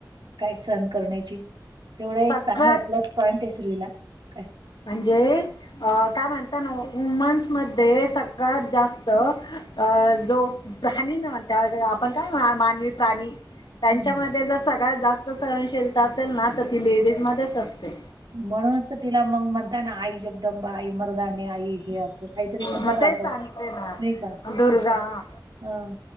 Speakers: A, on the right; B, on the left.
A: काय सहन करण्याची. तेवढा
B: सगळ्यात
A: एक चांगला प्लस पॉईंट आहे स्त्रीला. काय
B: म्हणजे अ काय म्हणता ना वुमन्स मध्ये सगळ्यात जास्त अ जो प्राणी न म्हणत वै आपण काय मानवी प्राणी- त्यांच्यामध्ये
A: हम्म.
B: जर सगळ्यात जास्त सहनशीलता असेल ना तर ती लेडीज मध्येच असते.
A: म्हणूनच तर तिला मग म्हणता ना आई जगदंबा आई मरवान्या आ हे अस काहीतरी म्हणतात
B: मग तेच
A: आं
B: सांगते ना
A: नाही का
B: दुर्गा
A: अस ह-